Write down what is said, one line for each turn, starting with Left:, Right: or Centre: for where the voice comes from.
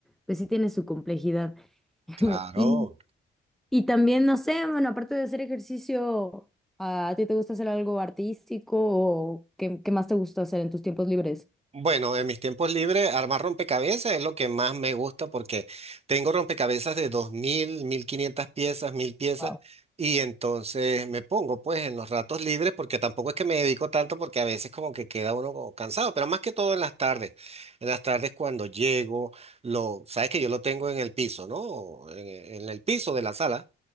Centre: pues sí tiene su complejidad. <laughs>
Right: Claro.
Centre: Y, y también, no sé, bueno, aparte de hacer ejercicio, ¿a ti te gusta hacer algo artístico o qué, qué más te gusta hacer en tus tiempos libres?
Right: Bueno, en mis tiempos libres, armar rompecabezas es lo que más me gusta porque tengo rompecabezas de dos mil, mil quinientas piezas, 1000 piezas
Centre: Wow.
Right: y entonces me pongo pues en los ratos libres porque tampoco es que me dedico tanto porque a veces como que queda uno como cansado, pero más que todo en las tardes. En las tardes cuando llego, lo, sabes que yo lo tengo en el piso, ¿no? en en el piso de la sala.